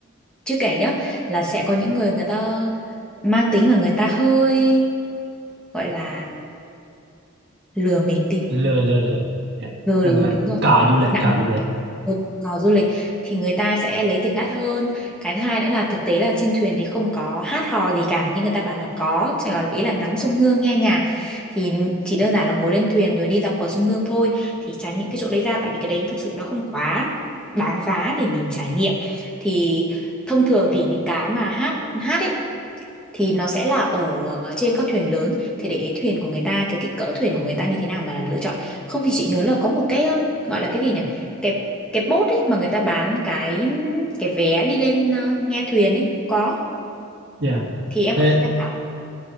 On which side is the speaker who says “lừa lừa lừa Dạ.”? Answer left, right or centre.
Right